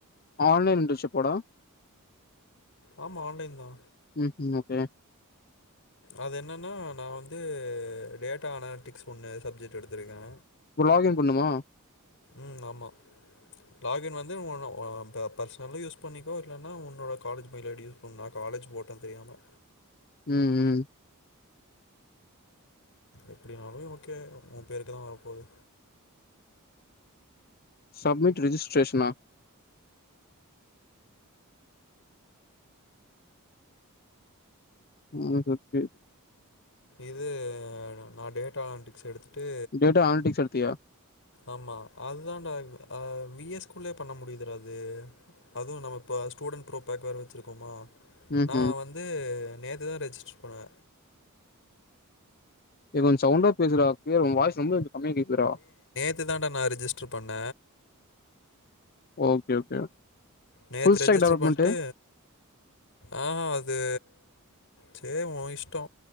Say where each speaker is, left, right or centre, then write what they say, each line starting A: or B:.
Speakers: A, on the left; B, on the left.
A: ஆன்லைன் இன்டன்ஷிப்பாடா
B: ஆமா ஆன்லைன் தா
A: ம் ஹும் ஓகே
B: அது என்னன்னா நா வந்து டேட்டா அனாட்டிக்ஸ் ஒண்ணு சப்ஜெக்ட் எடுத்திருக்கே
A: இப்ப லாகி்ன் பண்ணனுமா
B: ம் ஆமா லாகின் வந்து ஒன்ன ஓ ப பர்ஸ்னலு யூஸ் பண்ணிக்கோ இல்லன்னா உன்னோட காலேஜ் மெய்ல் ஐ டி யூ ன் நா காலேஜ் போட்ட தெரியாம
A: ம் ம்
B: எப்டினாலு ஓகே ஒ பேருக்கு தா வரப்போது
A: சப்மிட் ரிஜிஸ்ட்ரேஷனா <unintelligible>
B: இது நா டேட்டா அனடிக்ஸ் எடுத்துட்டு
A: டேட்டா அனலிட்டிக்ஸ் எடுத்தியா
B: ஆமா அதுதான்டா ஆ வி எஸ் குள்ளே பண்ண முடிதுடா அது அதுவு நம்ம இப்ப ஸ்டுடண்ட் ப்ரோ பேக் வேற வச்சிருக்கோமா
A: ம்
B: நா
A: ம்
B: வந்து நேத்துதா ரெஜிஸ்டர் பண்ணுவ
A: ஏ கொஞ்சோ சவ்ண்டா பேசுறா கிளியர் உ வாய்ஸ் ரொம்ப எனக் கம்மியா கேக்குதுறா
B: இது தாண்டா நா ரிஜிஸ்டர் பண்ண
A: ஓகே ஓகே
B: நேத்து
A: ஃபுல் ஸ்டாக்
B: ரெஜிஸ்டர்
A: டெவலப்மெண்ட்டு
B: பண்ட்டு ஆ அது சே ஒ இஷ்டோ